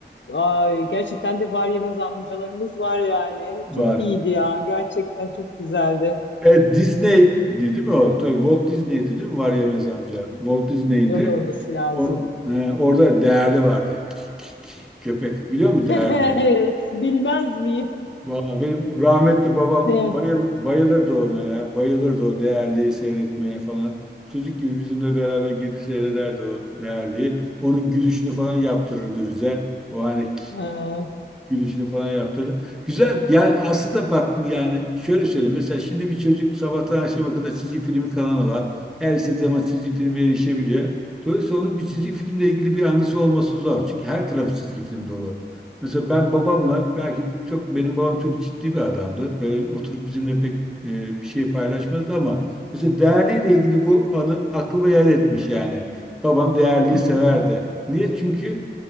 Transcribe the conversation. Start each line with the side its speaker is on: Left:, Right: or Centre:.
Left: Ay, gerçekten de var yemez amcalarımız var yani.
Centre: var.
Left: Çok iyiydi ya. Gerçekten çok güzeldi.
Centre: E, Disney değil mi o? Tabii Walt Disney'di değil mi? Var Yemez amca. Walt Disney'in
Left: Öyle
Centre: de
Left: olması lazım.
Centre: on- e, orada değerli vardı. Köpek biliyor musun
Left: <laughs>
Centre: değerli?
Left: Evet, bilmez miyim?
Centre: Vallahi benim rahmetli
Left: <laughs>
Centre: babam
Left: De.
Centre: bayıl, bayılırdı ona ya. Bayılırdı o değerliyi seyretmeye falan. Çocuk gibi bizimle beraber gidip seyrederdi o değerliyi. Onun gülüşünü falan yaptırırdı bize. O hani
Left: Ha,
Centre: gülüşünü falan yaptırdı. Güzel. Yani aslında bak yani şöyle söyleyeyim. Mesela şimdi bir çocuk sabahtan akşama kadar çizgi filmi kanalı var. Her istediği zaman çizgi filme erişebiliyor. Dolayısıyla onun bir çizgi filmle ilgili bir anısı olması zor. Çünkü her tarafı çizgi film dolu. Mesela ben babamla belki çok benim babam çok ciddi bir adamdı. Böyle oturup bizimle pek e, bir şey paylaşmazdı ama mesela değerliyle ilgili bu anı aklıma yer etmiş yani. Babam değerliyi
Left: hmm.
Centre: severdi. Niye? Çünkü